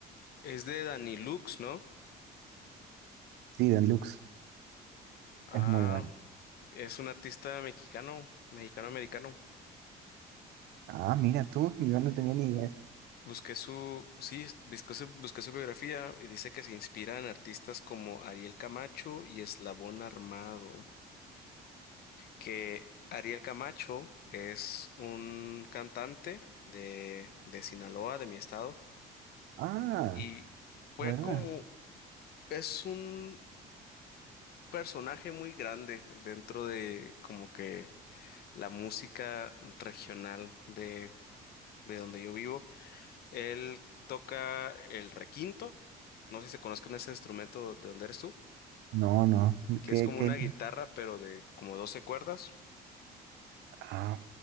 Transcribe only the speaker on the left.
es de Danny Lux, ¿no?
Ah,
es un artista mexicano, mexicano-americano.
Busqué su, sí, es- busqué su, busqué su biografía y dice que se inspira en artistas como Ariel Camacho y Eslabón Armado, que Ariel Camacho es un cantante de, de Sinaloa, de mi estado,
y fue
como, es un personaje muy grande dentro de como que la música regional de, de donde yo vivo. Él toca el requinto. No sé si se conozcan ese instrumento de donde eres tú,
que
es como
una guitarra, pero de como 12 cuerdas.